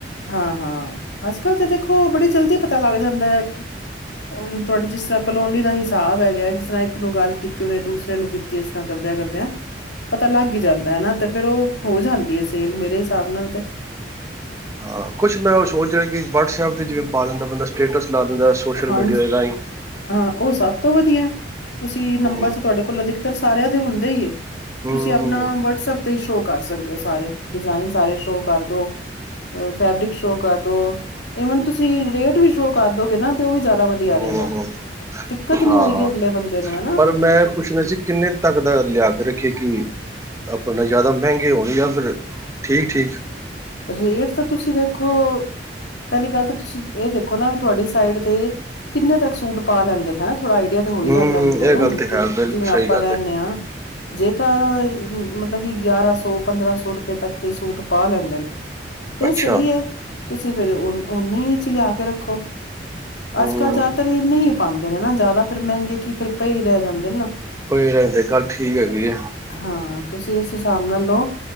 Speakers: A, on the left (about 80°); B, on the right (about 15°).
A: ਹਾਂ-ਹਾਂ, ਅੱਜ ਕੱਲ ਤੇ ਦੇਖੋ, ਬੜੀ ਜਲਦੀ ਪਤਾ ਲੱਗ ਜਾਂਦਾ ਐ। ਹੁਣ ਤੁਆਡੀ ਜਿਸ ਤਰ੍ਹਾਂ ਕਲੋਨੀ ਦਾ ਹਿਸਾਬ ਹੈਗਾ, ਜਿਸ ਤਰ੍ਹਾਂ ਇੱਕ ਨੂੰ ਗੱਲ ਕੀਤੀ, ਉੱਨੇ ਦੂਸਰੇ ਨੂੰ ਕੀਤੀ। ਏਸ ਤਾਂ, ਕਰਦੇਆਂ-ਕਰਦੇਆਂ। ਪਤਾ ਲੱਗ ਈ ਜਾਂਦਾ, ਹਨਾ? ਤੇ ਫੇਰ ਔ ਹੋ ਜਾਂਦੀ ਹੈ ਸੇਲ, ਮੇਰੇ ਹਿਸਾਬ ਨਾਲ ਤੇ।
B: ਹਾਂ, ਕੁਛ ਮੈਂ ਔ ਸੋਚ ਰਿਆ ਕਿ ਵਟਸਐਪ 'ਤੇ, ਜਿਵੇਂ ਪਾ ਦਿੰਦਾ, ਬੰਦਾ ਸਟੇਟਸ ਲਾ ਦਿੰਦਾ ਸੋਸ਼ਲ
A: ਹਾਂਜੀ
B: ਮੀਡੀਆ ਦੇ ਰਾਈਂ।
A: ਹਾਂ, ਔ ਸਭ ਤੋਂ ਵਧੀਆ। ਤੁਸੀਂ ਨੰਬਰ
B: ਹੂੰ
A: ਤਾਂ ਤੁਆਡੇ ਕੋਲ ਅਧਿਕਤਰ ਸਾਰਿਆਂ ਦੇ ਹੁੰਦੇ ਈ ਏ।
B: ਹੂੰ
A: ਤੁਸੀਂ ਅਪਣਾ ਵਟਸਐਪ ਤੇ ਈ ਸ਼ੋਅ ਕਰ ਸਕਦੇ ਔ। ਸਾਰੇ ਡਿਜ਼ਾਇਨ ਸਾਰੇ ਸ਼ੋਅ ਕਰ ਦੋ। ਫੈਬਰਿਕ ਸ਼ੋ ਕਰਦੋ। ਈਵਨ, ਤੁਸੀਂ ਰੇਟ ਵੀ ਸ਼ੋਅ ਕਰ ਦੋਗੇ ਨਾ, ਤੇ ਔ ਵੀ ਜ਼ਾਦਾ ਵ ਧਿਆ
B: ਹੂੰ
A: ਰੇਗਾ, ਦਿੱਕਤ
B: ਹਾਂ
A: ਨੀ ਹੋਏਗੀ ਅਗਲੇ ਬੰਦੇ ਨੂੰ, ਹਨਾ।
B: ਪਰ ਮੈਂ ਪੁੱਛਣਾ ਸੀ, ਕਿੰਨੇ ਤੱਕ ਦਾ ਲਿਆ ਕੇ ਰੱਖੀਏ ਕਿ? ਆਪਣਾ ਜ਼ਾਦਾ ਮੈੰਗੇ ਹੋਣ ਯਾਂ ਫਿਰ ਠੀਕ-ਠੀਕ?
A: ਰੇਟ ਤਾਂ ਤੁਸੀਂ ਦੇਖੋ। ਪੈਲੀ ਗੱਲ ਤਾਂ ਤੁਸੀਂ ਏ ਦੇਖੋ ਨਾ। ਤੁਆਡੀ ਸਾਈਡ, ਤੇ ਕਿੰਨੇ ਤੱਕ ਸੂਟ ਪਾ ਲੈਂਦੇ ਨੇ, ਹਨਾ? ਥੋੜਾ ਆਈਡੀਆ ਹੋਈ
B: ਹੂੰ
A: ਜਾਂਦਾ ਬੰਦੇ
B: ਇਹ
A: ਨੂੰ,
B: ਗੱਲ ਤੇ ਹੈ
A: ਜਿਵੇਂ
B: ਬਿਲਕੁਲ ਸਹੀ
A: ਆਪਾਂ
B: ਗੱਲ
A: ਰੈਨੇ
B: ਹੈ
A: ਆਂ। ਜੇ ਤਾਂ, ਮਤਲਬ ਕਿ ਗਿਆਰਾਂ ਸੌ ਪੰਦਰਾਂ ਸੌ ਰੁਪੈ ਤੱਕ ਦੇ ਸੂਟ ਪਾ ਲੈਂਦੇ ਨੇ। ਏ
B: ਅੱਛਾ
A: ਸਈ ਐ, ਤੁਸੀਂ ਫੇਰ ਔਨੀ ਚ ਲਿਆ ਕੇ ਰੱਖੋ।
B: ਹੂੰ
A: ਅੱਜ ਕੱਲ੍ਹ ਜ਼ਆਦਾਤਰ ਏਹਨੇ ਈ ਪਾਂਦੇ ਨੇ ਨਾ, ਜ਼ਾਦਾ ਫੇਰ ਮੈਂਗੇ ਕੀ ਫੇਰ ਪਏ ਰੈ ਜਾਂਦੇ ਨੇ ਨਾ।
B: ਪਏ ਰਹਿੰਦੇ, ਗੱਲ ਠੀਕ ਹੈਗੀ ਏ।
A: ਹਾਂ, ਤੁਸੀਂ ਏਸ ਹਿਸਾਬ ਨਾਲ ਲੋ,